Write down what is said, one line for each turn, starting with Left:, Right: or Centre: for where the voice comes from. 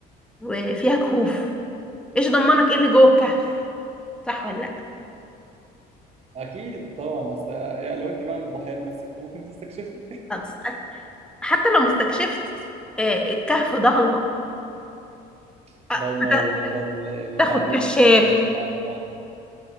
Centre: وفيها كهوف إيش ضمنك إيه اللي جوه الكهف؟ صح ولا لأ؟
Right: اكيد طبعا بس آه، يعني لو انت بقى مضحيه بنفسك ممكن تستكشفي
Centre: هتس- حتى لو ما استكشفت آه، الكهف ضلمة
Right: <laughs>
Centre: آه، فت-
Right: ضلمه وموضوع ال- التعبين
Centre: تاخد كشاف
Right: والكلام ده فا- طبعا